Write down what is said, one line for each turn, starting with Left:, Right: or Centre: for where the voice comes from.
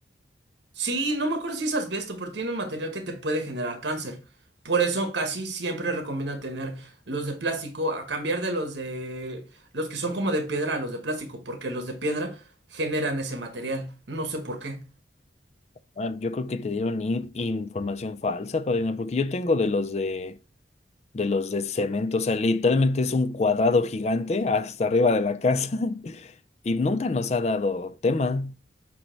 Right: Sí, no me acuerdo si es asbesto, pero tiene un material que te puede generar cáncer. Por eso casi siempre recomienda tener los de plástico a cambiar de los de... los que son como de piedra a los de plástico, porque los de piedra generan ese material. No sé por qué.
Left: Ah, yo creo que te dieron in- información falsa, padrino, porque yo tengo de los de, de los de cemento. O sea, literalmente es un cuadrado gigante hasta arriba de la casa. <laughs> Y nunca nos ha dado tema.